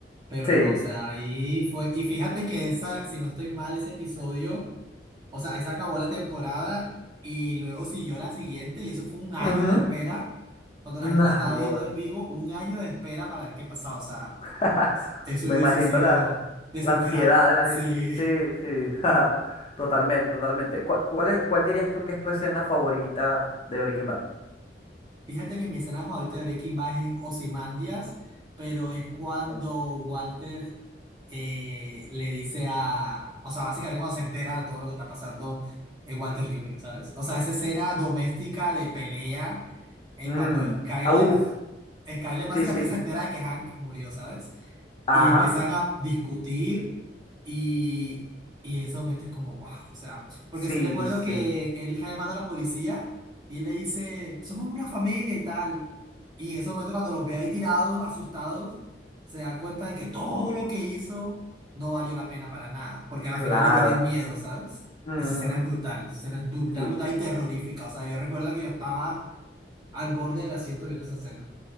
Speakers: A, on the right (about 25°); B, on the left (about 30°).
A: Pero
B: Sí.
A: no, o sea, ahí fue. Y fíjate que esa, si no estoy mal, ese episodio, o sea, ahí se acabó la temporada y luego siguió la siguiente, y eso fue un año
B: Ujú.
A: de espera. Cuando
B: Nah,
A: la gente la estaba
B: gorda.
A: viendo en vivo, un año de espera para ver qué pasaba. O sea,
B: <laughs>
A: eso
B: Me
A: hubiese
B: imagino
A: sido
B: la,
A: desesperante.
B: la ansiedad de la
A: Sí.
B: gente. Sí, sí. <laughs> Totalmente, totalmente. ¿Cuál, cuál es- cuál dirías tú que es tu escena favorita de Breaking Bad?
A: Fíjate que mi escena favorita de Breaking Bad es en Ozymandias, pero es cuando
B: Mm.
A: Walter eh, le dice a... O sea, básicamente cuando se entera de todo lo que está pasando eh, Walter Jr., ¿sabes? O sea, esa escena doméstica de pelea en
B: Mm,
A: cuando Skyler...
B: ah, Uf,
A: Skyler básicamente
B: sí, sí.
A: se entera de que Hank murió, ¿sabes?
B: Ajá.
A: y empiezan a discutir y, y en ese momento es como, wow, o sea, porque
B: Sí,
A: sí recuerdo
B: sí.
A: que él está llamando a la policía y él le dice, somos una familia y tal. Y en ese momento cuando los ve ahí tirados, asustados, se da cuenta de que todo lo que hizo no valió la pena para nada, porque al
B: Claro.
A: final le tienen miedo, ¿sabes?
B: Ujú.
A: Esa escena es brutal, esa escena es brutal,
B: Sí,
A: brutal y terrorífica. O sea, yo recuerdo que yo estaba al borde del asiento viendo esa escena.